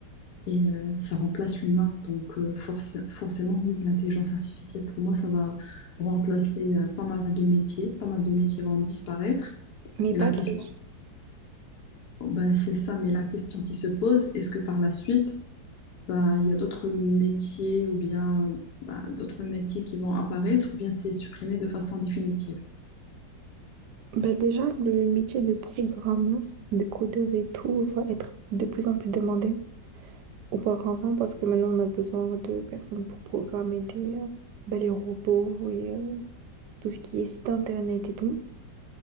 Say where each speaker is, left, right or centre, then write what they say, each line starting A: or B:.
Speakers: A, on the left (about 65°); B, on the right (about 70°).
A: et euh, ça remplace l'humain. Donc euh, forcé- forcément, oui, l'intelligence artificielle, pour moi, ça va remplacer euh, pas mal de métiers. Pas mal de métiers vont disparaître.
B: mais
A: Mais
B: pas
A: la question,
B: tous.
A: ben, c'est ça, mais la question qui se pose, est-ce que par la suite, ben, il y a d'autres métiers ou bien ben, d'autres métiers qui vont apparaître ou bien c'est supprimé de façon définitive?
B: Bah déjà, le métier de programmeur, de codeur et tout va être de plus en plus demandé auparavant parce que maintenant on a besoin de personnes pour programmer des, euh, bah, les robots et euh, tout ce qui est site internet et tout.